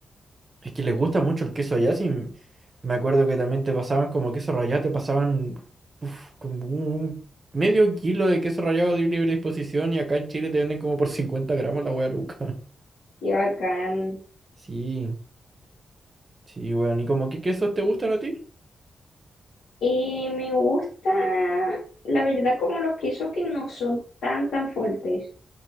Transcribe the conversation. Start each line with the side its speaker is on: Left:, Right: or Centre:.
Right: Es que les gusta mucho el queso allá, sí. Me acuerdo que también te pasaban como queso rallado, te pasaban uf, como un medio kilo de queso rallado de libre disposición y acá en Chile te venden como por 50 gramos la wea Luca. <laughs>
Left: qué bacán.
Right: Sí, sí, weón. ¿Y como qué quesos te gustan a ti?
Left: Y me gusta, la verdad, como los quesos que no son tan, tan fuertes.